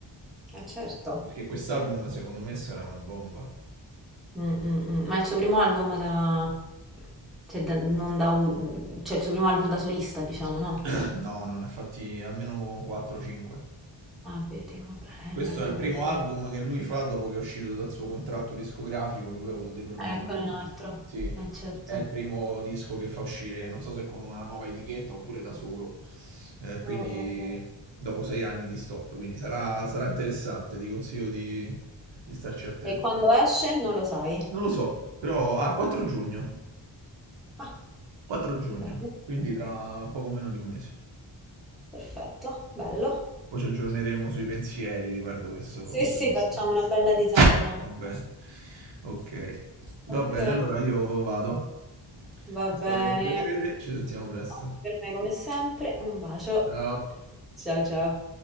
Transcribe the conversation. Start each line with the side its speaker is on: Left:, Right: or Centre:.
Centre: Eh certo.
Right: perché quest'album secondo me sarà una bomba.
Centre: Mm, mm, mm. Ma il suo primo album da... Cioè, da- non da... u- cioè, il suo primo album da solista, diciamo,
Right: <clears throat>
Centre: no?
Right: No, non ne ha fatti almeno 4-5.
Centre: Ah, vedi, vabbè,
Right: Questo
Centre: allora li
Right: è
Centre: devo
Right: il primo
Centre: recuperare.
Right: album che lui fa dopo che è uscito dal suo contratto discografico, che lui ha avuto dei problemi.
Centre: Eccone un altro.
Right: Sì,
Centre: Eh certo.
Right: è il primo disco che fa uscire, non so se con una nuova etichetta oppure da solo. Eh, quindi
Centre: Mm, mm, mm.
Right: dopo sei anni di stop, quindi sarà, sarà interessante, ti consiglio di, di starci attento.
Centre: E quando esce non lo sai?
Right: Non lo so, però... Ah, 4 giugno.
Centre: Ah,
Right: 4 giugno,
Centre: bene.
Right: quindi tra poco meno di un mese.
Centre: Perfetto, bello.
Right: Poi ci aggiorneremo sui pensieri riguardo questo,
Centre: Sì,
Right: questo
Centre: sì,
Right: disco.
Centre: facciamo una bella disamina.
Right: <laughs> Va bene. Ok. Va
Centre: Ok,
Right: bene, allora io vado.
Centre: va
Right: È
Centre: bene.
Right: stato un piacere, ci sentiamo presto.
Centre: Anche Per me, come sempre, un bacio.
Right: Ciao.
Centre: Ciao, ciao.